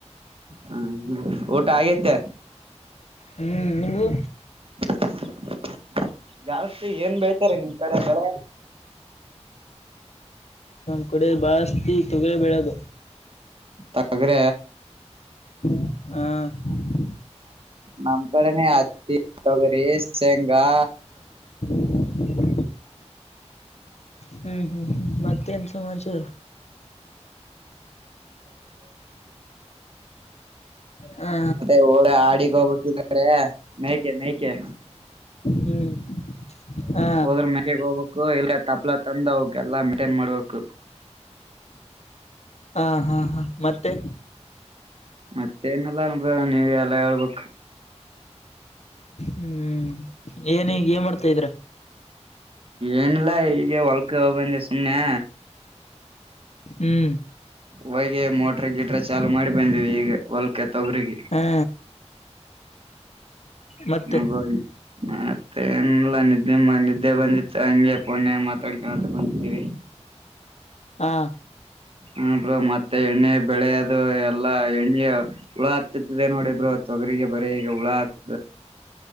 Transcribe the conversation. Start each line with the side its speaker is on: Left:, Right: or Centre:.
Right: ಹ್ಮ್ ಹ್ಮ್ ಊಟ ಆಗೇತೆ
Left: ಹ್ಮ್ ಇ
Right: <inaudible> ಜಾಸ್ತಿ ಏನ್ ಬೆಳ್ತಾರೆ ನಿಮ ಕಡೆ ಕಡೆ
Left: ನಮ್ ಕಡೆ ಬಾಸ್ತಿ ತೊಗ್ರ ಬೆಳದು
Right: ತಗ್ರ
Left: ಹ
Right: ನಮ್ಮ್ ಕಡಿಮ ಅಚ್ಚಿ ತೊಗರಿ ಶೇಂಗಾ
Left: <inaudible> ಹ್ಮ್ ಹ್ಮ್ ಮತ್ತೇನ್ ಸಮಾಚಾರ ಹಾ
Right: ಮತ್ತ ಳ ಆಡಿಗಬ ಇ್ರ ಮಯಕೆ ಮಯಕೆ
Left: ಹ್ಮ್ ಹಾ
Right: ಹೋದ್ರ ಮಗೆ ಹೋಗ ಎಲ್ಲ ತಪ್ಲಾ ತಂದ ಅವಕಲ್ಲಾ ಮೇಂಟೈನ್ ಮಾಡ್ಬೇಕು
Left: ಹಾ ಹಾ ಹಾ ಮತ್ತೆ
Right: ಮತ್ತೆ ನಲ್ಲ ನೀವ ಎಲ್ಲ ಹೇಳ್ಬೇಕ
Left: ಹ್ಮ್ ಏನ್ ಈಗ ಏನ್ ಮಾಡ್ತಾ ಇದ್ರ
Right: ಏನಲ್ಲ ಈಗ ಒಳಕೆಬಂದ ಸನ್ನೆ
Left: ಹ್ಮ್
Right: ಹಗೆ ಮೋಟ್ರ ಗಿಡ್ರ ಚಾಾಲು ಮಾಡಿ ಬಂದವಿ ಈಗ ಹೊಲ್ಕ ತೊಗ್ರಗ
Left: ಹಾ ಮತ್ತೆ
Right: ಹ ಮತ್ತೆನ್ಲ್ಲ ನಿದ್ದೆ ನಿದ್ದೆ ಬಂದಿತ್ತು ಹಂಗೆ ಪೋನ ಮಾತಾಡ್ಕಂತ ಬಂತಿದ್ದೀವಿ
Left: ಹಾ
Right: ಹ ಬ್ರೋ ಮತ್ತೆ ಎಣ್ಣೆ ಬೆಳೆ ಅದು ಎಲ್ಲಾ ಎಣ್ಣೆ ಹುಳ ಹತ್ತಿದೆ ನೋಡಿ ಬ್ರೋ ತೊಗರಿಗೆ ಬರೀ ಈಗ ಉಳತ್